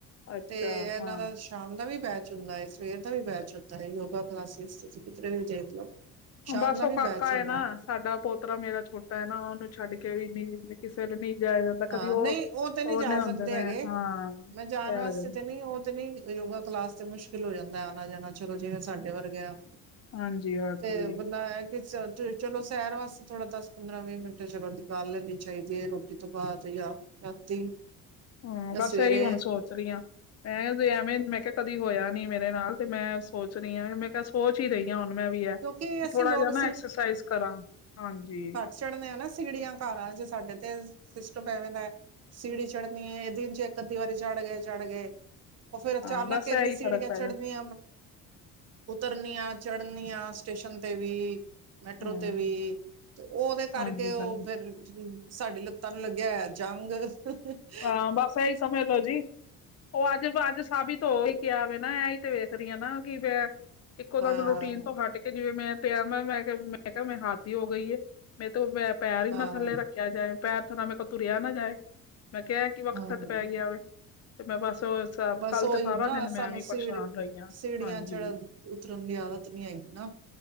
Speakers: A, on the left; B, on the right.
A: ਅੱਛਾ
B: ਤੇ ਇਹਨਾਂ
A: ਹਾਂ।
B: ਦਾ ਸ਼ਾਮ ਦਾ ਵੀ ਬੈਚ ਹੁੰਦਾ ਹੈ, ਸਵੇਰ ਦਾ ਵੀ ਬੈਚ ਹੁੰਦਾ ਹੈ। ਯੋਗਾ ਕਲਾਸਿਸ ਤੁਸੀਂ ਕਿਧਰੇ ਵੀ ਦੇਖ ਲਓ। ਸ਼ਾਮ
A: ਬਸ
B: ਦਾ
A: ਉਹ
B: ਵੀ
A: ਕਾਕਾ
B: ਬੈਚ ਹੁੰਦਾ
A: ਹੈ ਨਾ। ਸਾਡਾ ਪੋਤਰਾ ਮੇਰਾ ਛੋਟਾ ਹੈ ਨਾ। ਉਹਨੂੰ ਛੱਡ ਕੇ ਵੀ ਨਾ ਕਿਸੇ ਵੇਲੇ ਨਹੀਂ ਜਾਇਆ ਜਾਂਦਾ।
B: ਹਾਂ ਨਹੀਂ ਉਹ ਤੇ ਨਹੀਂ
A: ਉਹਨੇ
B: ਜਾ
A: ਹੁੰਦੇ
B: ਸਕਦੇ
A: ਨੇ
B: ਹੈਗੇ।
A: ਹਾਂ
B: ਮੈਂ ਜਾਣ
A: ਇਹ
B: ਵਾਸਤੇ
A: ਆ ਜਾਂਦਾ।
B: ਤੇ ਨਹੀਂ। ਉਹ ਤੇ ਨਹੀਂ ਯੋਗਾ ਕਲਾਸ ਤੇ ਮੁਸ਼ਕਿਲ ਹੋ ਜਾਂਦਾ ਆ ਨਾ ਜਾਣਾ ਚਲੋ ਜਿਵੇਂ ਸਾਡੇ ਵਰਗੇ ਆ।
A: ਹਾਂਜੀ-ਹਾਂਜੀ,
B: ਤੇ ਬਨਾਇਆ ਕਿ ਚਲੋ ਸੈਰ ਵਾਸਤੇ ਥੋੜਾ ਦਸ ਪੰਦਰਾਂ ਵੀਹ ਮਿੰਟ ਚਲੋ ਨਿਕਾਲ ਲੈਣੀ ਚਾਹੀਦੀ ਹੈ। ਰੋਟੀ ਤੋਂ ਬਾਅਦ ਜਾਂ ਰਾਤੀ।
A: ਹਾਂ
B: ਜਾਂ
A: ਬਸ
B: ਸਵੇਰੇ
A: ਇਹੀ ਹੁਣ ਸੋਚ। ਸੋਚ ਰਹੀ ਹਾਂ, ਮੈਂ ਕਿਹਾ ਐਵੇਂ ਮੈਂ ਕਿਹਾ ਕਦੀ ਹੋਇਆ ਨੀ ਮੇਰੇ ਨਾਲ ਤੇ ਮੈਂ ਸੋਚ ਰਹੀ ਹਾਂ। ਮੈਂ ਕਿਹਾ ਸੋਚ ਹੀ ਰਹੀਆਂ ਹੁਣ ਮੈਂ ਵੀ ਹੈ,
B: ਕਿਉਂਕਿ
A: ਕਿ
B: ਅਸੀਂ
A: ਥੋੜਾ
B: ਲੋਕ
A: ਜਾ ਨਾ ਐਕਸਰਸਾਈਜ਼ ਕਰਾਂ। ਹਾਂਜੀ।
B: ਚੜ੍ਹਨ ਆ ਨਾ ਸਿੜੀਆਂ ਘਰਾਂ ਚ ਸਾਡੇ ਤੇ ਸਿਸਟਮ ਐਵੇ ਦਾ ਹੈ। ਸਿੜੀ ਚ ਚੜ੍ਹਨੀ ਇਹ ਦਿਨ ਚ ਇੱਕ ਅੱਧੀ ਵਾਰੀ ਚੜ੍ਹ ਗਏ, ਚੜ੍ਹ ਗਏ। ਉਹ ਫਿਰ ਅਚਾਨਕ
A: ਹਾਂ ਬਸ
B: ਇੰਨੀ
A: ਇਹੀ
B: ਸੀੜੀਆਂ
A: ਫ਼ਰਕ ਪੈਗਾ।
B: ਚੜ੍ਹਨੀਆਂ, ਉਤਰਨੀਆਂ, ਚੜ੍ਹਨ ਆ ਸਟੇਸ਼ਨ ਤੇ ਵੀ ਮੈਟਰੋ
A: ਹੂੰ,
B: ਤੇ ਵੀ, ਤੇ ਉਹਦੇ ਕਰਕੇ
A: ਹਾਂਜੀ-ਹਾਂਜੀ,
B: ਉਹ ਫਿਰ ਸਾਡੀ। ਤਲ ਗਿਆ ਜੰਗ ਅੱ <unintelligible>
A: ਹਾਂ ਬਸ ਇਹੀ ਸਮਝ ਲੋ ਜੀ ਉਹ ਅੱਜ ਅੱਜ ਸਾਬਿ ਧੋ ਹੀ ਕਿਹਾ ਵ ਨਾ ਇਹੀ ਤੇ ਵੇਖ ਰਹੀ ਹ ਨਾ, ਕਿ ਮੈਂ ਇੱਕੋ
B: ਹਾਂ
A: ਦਮ ਰੂਟੀਨ ਤੋਂ ਹਟ ਕੇ। ਜਿਵੇਂ ਮੈਂ ਤੇ ਮੈਂ ਮੈਂ ਕਿਹਾ ਮੈਂ, ਕਿਹਾ ਮੈਂ ਹੱਦ ਹੀ ਹੋ ਗਈ ਹੈ ਮੈਂ ਤੇ ਮੈਂ ਪੈਰ ਹੀ
B: ਹਾਂ
A: ਨਾ ਥੱਲੇ ਰੱਖ। ਕਿਆ ਜਾਏ ਪੈਰ ਤੋਂ ਤਾ ਮੇਰੇ ਕੋਲ ਤੁਰਿਆ ਨਾ ਜਾਏ। ਮੈਂ ਕਿਹਾ ਕਿ ਵਕਤ
B: ਹਾਂ
A: ਪੈ ਗਿਆ ਹੋਏ। ਤੇ ਮੈਂ ਬਸ ਸ
B: ਬਸ
A: ਕੱਲ
B: ਉਹੀ
A: ਤੇ ਸਾਰਾ
B: ਨਾ
A: ਦਿਨ
B: ਸਾਨੂੰ
A: ਮੈਂ ਵੀ
B: ਸੀੜ
A: ਪਰੇਸ਼ਾਨ ਰਹੀ ਹਾਂ,
B: ਸੀੜੀਆਂ
A: ਹਾਂਜੀ।
B: ਚੜਨ ਉਤਰਨ ਦੀ ਆਦਤ ਨੀ ਹੈਗੀ ਨਾ